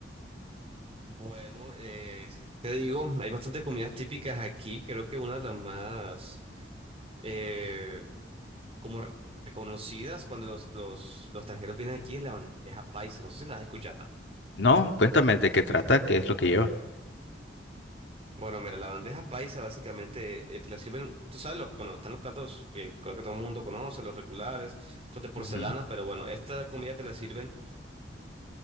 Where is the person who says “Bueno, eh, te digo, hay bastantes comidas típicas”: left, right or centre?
Right